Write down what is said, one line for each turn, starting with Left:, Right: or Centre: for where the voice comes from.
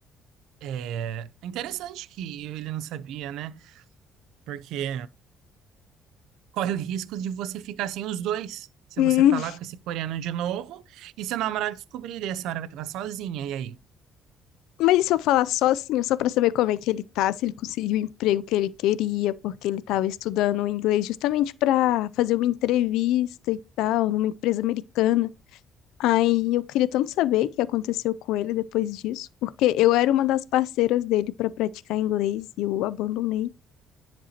Right: é interessante que ele não sabia, né? Porque corre o risco de você ficar sem os dois. Se
Left: Hum,
Right: você falar com esse coreano de novo e seu namorado descobrir, daí a senhora vai ficar sozinha. E aí?
Left: Mas e se eu falar só assim, só pra saber como é que ele tá, se ele conseguiu o emprego que ele queria, porque ele tava estudando inglês justamente pra fazer uma entrevista e tal, numa empresa americana. Aí eu queria tanto saber o que aconteceu com ele depois disso, porque eu era uma das parceiras dele pra praticar inglês e eu abandonei.